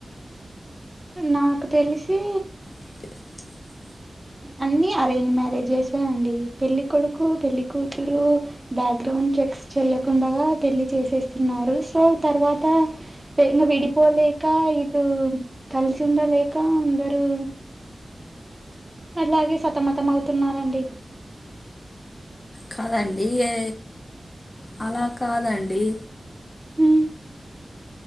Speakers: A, on the right; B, on the left.
A: నాకు తెలిసి
B: కే
A: అన్నీ అరేంజ్ మ్యారేజెసే అండి పెళ్ళికొడుకు పెళ్ళికూతురు బ్యాక్గ్రౌండ్ చెక్స్ చెయకుండాగా పెళ్లి చేసేస్తున్నారు సో తర్వాత ఇంగా విడిపోలేక ఇటు కలిసి ఉండలేక అందరూ అట్లాగే సతమతం అవుతున్నారండి
B: కాదండి యే అలా కాదండి
A: ఉమ్